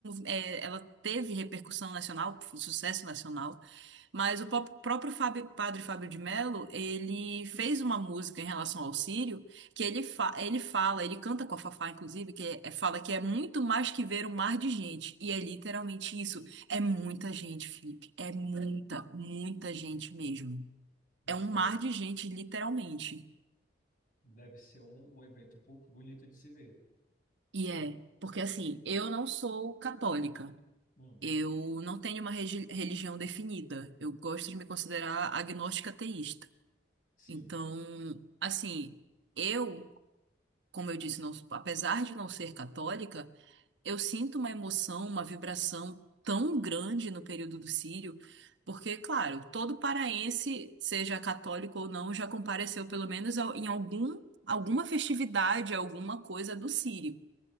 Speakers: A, on the right; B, on the left.
A: é, ela teve repercussão nacional, sucesso nacional. Mas o pop- próprio Fábio- Padre Fábio de Mello, ele fez uma música em relação ao Sírio, que ele, fa- ele fala, ele canta com a Fafá, inclusive, que é- é- fala que é muito mais que ver um mar de gente. E é literalmente isso. É muita gente, Felipe. É muita, muita gente mesmo.
B: Não
A: É um
B: sabia
A: mar de gente, literalmente.
B: Deve ser um, um evento bu- bonito de se ver.
A: E é, porque assim, eu não sou católica.
B: Hum,
A: Eu não tenho uma regi- religião definida. Eu gosto de me considerar agnóstica ateísta.
B: sim.
A: Então, assim, eu, como eu disse, não- apesar de não ser católica, eu sinto uma emoção, uma vibração tão grande no período do Círio, porque, claro, todo paraense, seja católico ou não, já compareceu pelo menos ao- em algum, alguma festividade, alguma coisa do Círio.